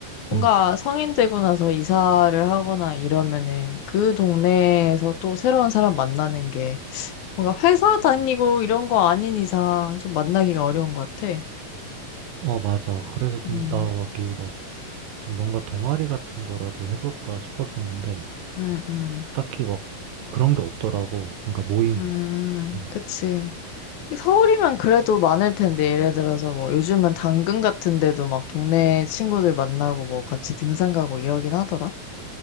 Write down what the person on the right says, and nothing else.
음.
어, 맞아. 그래서 좀,
나 막, 이 막, 좀 뭔가 동아리 같은 거라도 해볼까 싶었었는데,
딱히 막, 그런 게 없더라고. 그러니까 모임.
음.